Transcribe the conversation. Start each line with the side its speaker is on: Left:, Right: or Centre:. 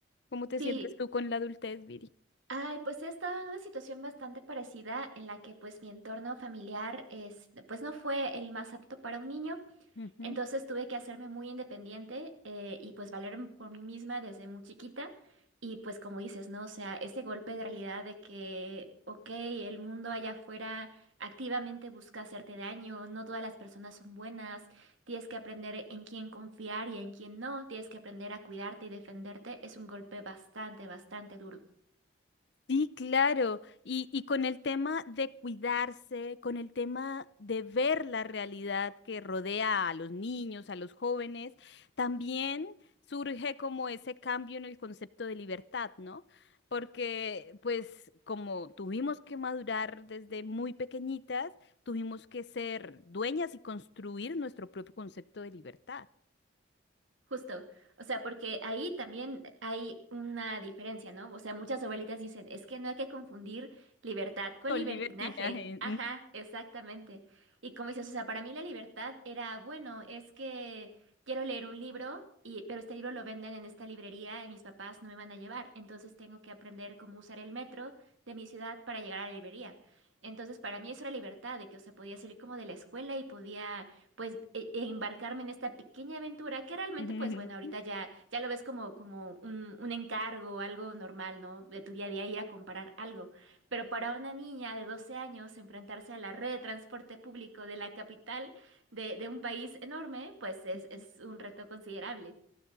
Left: ¿cómo te
Right: Sí.
Left: sientes tú con la adultez, Viri?
Right: Ay, pues he estado en una situación bastante parecida en la que pues mi entorno familiar es, pues no fue el más apto para un niño.
Left: Ujú.
Right: Entonces tuve que hacerme muy independiente eh, y pues valerme por mí misma desde muy chiquita. Y pues como dices, ¿no? O sea, ese golpe de realidad de que, ok, el mundo allá afuera activamente busca hacerte daño, no todas las personas son buenas, tienes que aprender en quién confiar y en quién no, tienes que aprender a cuidarte y defenderte, es un golpe bastante, bastante duro.
Left: Sí, claro. Y, y con el tema de cuidarse, con el tema de ver la realidad que rodea a los niños, a los jóvenes, también surge como ese cambio en el concepto de libertad, ¿no? Porque pues como tuvimos que madurar desde muy pequeñitas, tuvimos que ser dueñas y construir nuestro propio concepto de libertad.
Right: Justo, o sea, porque ahí también hay una diferencia, ¿no? O sea, muchas abuelitas dicen, es que no hay que confundir libertad con
Left: Con
Right: libertinaje.
Left: libertinaje.
Right: Ajá, exactamente. Y como dices, o sea, para mí la libertad era, bueno, es que quiero leer un libro y pero este libro lo venden en esta librería y mis papás no me van a llevar, entonces tengo que aprender cómo usar el metro de mi ciudad para llegar a la librería. Entonces, para mí eso era libertad, de que, o sea, podía salir como de la escuela y podía pues e- e embarcarme en esta pequeña aventura que realmente
Left: Ujú.
Right: pues bueno, ahorita ya ya lo ves como como un, un encargo, algo normal, ¿no? De tu día a día ir a comprar algo. Pero para una niña de 12 años enfrentarse a la red de transporte público de la capital de, de un país enorme, pues
Left: <laughs>
Right: es,
Left: Ujú.
Right: es un reto considerable.